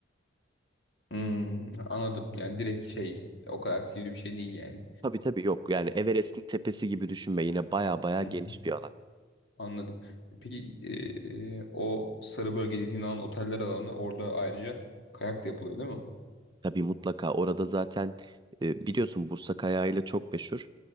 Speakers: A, on the left; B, on the right.
A: Hmm, anladım. Yani direkt şey o kadar sivri bir şey değil yani.
B: Tabii tabii yok yani Everest'in tepesi gibi düşünme yine bayağı bayağı
A: Hı
B: geniş
A: hı.
B: bir alan.
A: Anladım. Peki eee, o sarı bölge dediğin alan oteller alanı orada ayrıca kayak da yapılıyor değil mi?
B: Tabii mutlaka orada zaten e, biliyorsun Bursa kayağıyla çok meşhur.